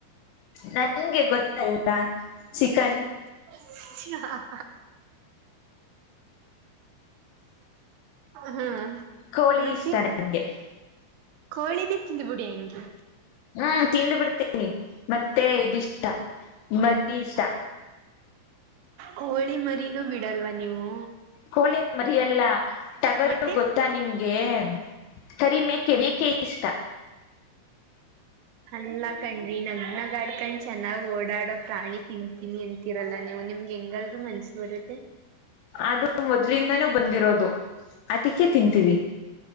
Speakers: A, on the left (about 80°); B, on the right (about 80°).
A: ನಂಗೆ ಗೊತ್ತಲ್ಲ ಚಿಕನ್
B: ಹ <unintelligible> ಹ್ಮ
A: ಕೋಳಿ
B: ಮತ್ತೆ
A: ಇಷ್ಟ ನನ್ಗೆ
B: ಕೋಳಿನ ತಿಂದು ಬಿಡಿ ಹಂಗೆ.
A: ಹ್ಮ್ ತಿಂದು ಬಿಡ್ತೀನಿ ಮತ್ತೆ ಇದು ಇಷ್ಟ ಮರೀ ಇಷ್ಟ
B: ಕೊಳಿ ಮರಿನೂ ಬಿಡಲ್ವ ನೀವು.
A: ಕೋಳಿ ಮರಿಯಲ್ಲ ಟಗರು
B: ಮತ್ತೆ
A: ಗೊತ್ತಾ ನಿಮ್ಗೆ. ಕರಿ ಮೇಕೆ ಮೇಕೆ ಇಷ್ಟ.
B: ಅಲ್ಲಾ ಕಣ್ರಿ ನಗ್ನ ಗಾಡ್ಕಂಡ್ ಚೆನ್ನಾಗ್ ಓಡಾಡೋ ಪ್ರಾಣಿ ತಿಂತೀನಿ ಅಂತಿರಲ್ಲಾ ನೀವು. ನಿಮ್ಗೆ ಹೆಂಗಾದ್ರೂ ಮನಸ್ಸು ಬರುತ್ತೆ.
A: ಅದು ಮೊದ್ಲಿಂದಾನೂ ಬಂದಿರೋದು ಅದಕ್ಕೆೇ ತಿಂತೀವಿ.